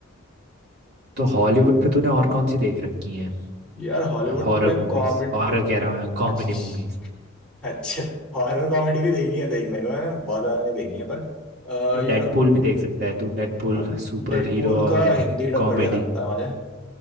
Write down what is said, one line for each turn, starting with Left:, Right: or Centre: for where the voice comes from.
Right: तो हॉलीवुड पे तूने और कौन सी देख रखी है
Centre: यार हॉलीवुड
Right: हॉरर
Centre: पे
Right: मूवीज
Centre: कॉमेडी
Right: हॉरर कह रहा हूँ कॉमेडी
Centre: अच्छा
Right: मूवीज
Centre: अच्छा हॉरर कॉमेडी भी देखी है देखने को मैंने बहुत ज्यादा नहीं देखी है पर अ,
Right: डेडपूल
Centre: यार
Right: भी देख सकता है तू डेडपूल
Centre: हाँ
Right: सुपर
Centre: डेडपूल
Right: हीरो और
Centre: का हिंदी डब
Right: कॉमेडी
Centre: बढ़िया लगता है मुझे